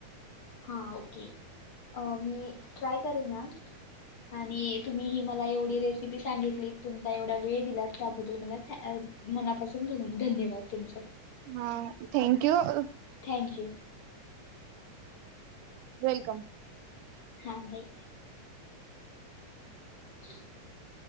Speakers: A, on the left; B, on the right.
A: हा ओके अ मी ट्राय करेन मॅम. आणि तुम्ही ही मला एवढी रेसी <unintelligible> सांगितली तुमचा एवढा वेळ दिलात त्याबद्दल मला थँक अ मनापासून धन धन्यवाद तुमच
B: हा थँक्यू अ
A: थॅँक यू.
B: वेलकम.
A: हा बाई. <inaudible>